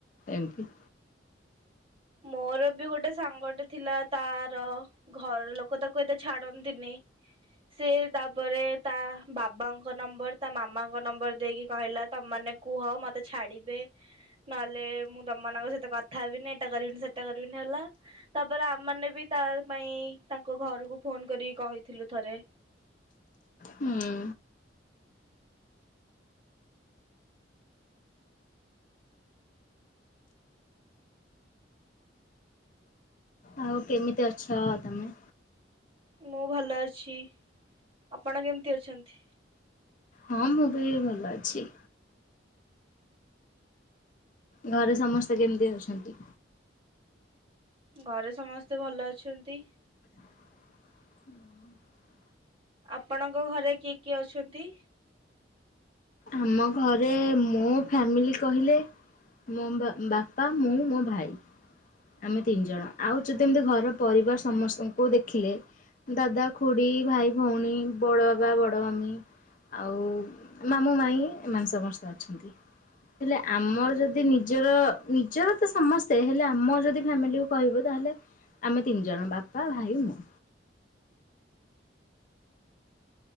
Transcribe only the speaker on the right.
ମୋର ବି ଗୋଟେ ସାଙ୍ଗଟେ ଥିଲା ତାର ଘର ଲୋକ ତାକୁ ଏତେ ଛାଡନ୍ତିନି ସେ ତାପରେ ତା ବାବାଙ୍କ ନମ୍ବର ତା ମାମାଙ୍କ ନମ୍ବର ଦେଇକି କହିଲା ତମମାନେ କୁହ ମତେ ଛାଡିବେ ନହେଲେ ମୁଁ ତମମାନଙ୍କ ସହିତ କଥା ହେବିନି। ସେଟା କରିବିନି ତାପରେ ଆମେମାନେ ବି ତା ପାଇଁ ତାଙ୍କ ଘରୁକୁ ଫୋନ କରିକି କହିଥିଲୁ ଥରେ।
ମୁଁ ଭଲ ଅଛି ଆପଣ କେମିତି ଅଛନ୍ତି?
ଘରେ ସମସ୍ତେ ଭଲ ଅଛନ୍ତି।
ଆପଣଙ୍କ ଘରେ କିଏ କିଏ ଅଛନ୍ତି?